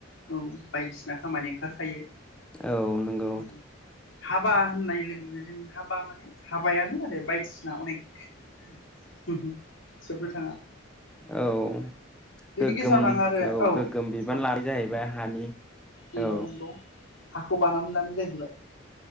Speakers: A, on the left (about 75°); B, in the centre.
A: औ बायदिसिना खामानि ओंखारखायो उम
B: औ नंगौ
A: हाबा होननाय लोगो लोगो जों हाबा माने हाबायानो आरो बायदिसिना अनेक जोबनो थांङा
B: औ गोग्गो ओम गोगोम
A: गेजेरावनो आं आरो
B: औ गोगोम
A: नोंथां
B: बिबान लानाय जाहैबाय हानि
A: नंगौ
B: औ
A: नंगौ हाखौ बानानै लानाय जायो